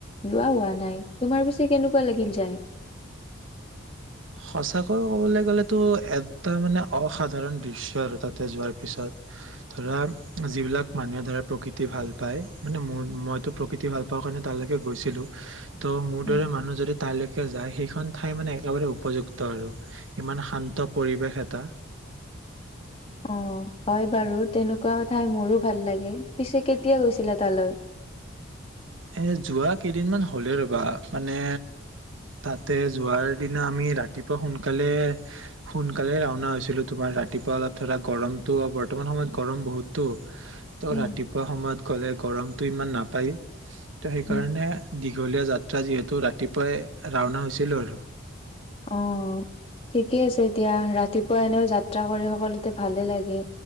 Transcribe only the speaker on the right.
সঁচাকৈ ক'বলে গ'লেতো এটা মানে অসাধাৰণ দৃশ্য আৰু তাতে যোৱাৰ পিছত ধৰা যিবিলাক মানুহে ধৰা প্ৰকৃতি ভাল পায় মানে মোৰ মইতো প্ৰকৃতি ভাল পাওঁ কাৰণে তালেকে গৈছিলোঁ ত মোৰ
দৰে মানুহ যদি তালৈ কে যায় সেইখন ঠাই মানে একেবাৰে উপযুক্ত আৰু ইমান শান্ত পৰিৱেশ এটা
এ যোৱা কেইদিনমান হ'লেই ৰ'বা মানে তাতে যোৱাৰ দিনা আমি ৰাতিপুৱা সোনকালে সোনকালে ৰাওনা হৈছিলো তোমাৰ ৰাতিপুৱা অলপ ধৰা গৰমটো বৰ্তমান সময়ত গৰম বহুত টো ত'
ৰাতিপুৱা সময়ত ক'লে গৰমটো ইমান নাপায় ত' সেইকাৰণে
দীঘলীয়া যাত্ৰা যিহেতু ৰাতিপুৱাই ৰাওনা হৈছিলোঁ আৰু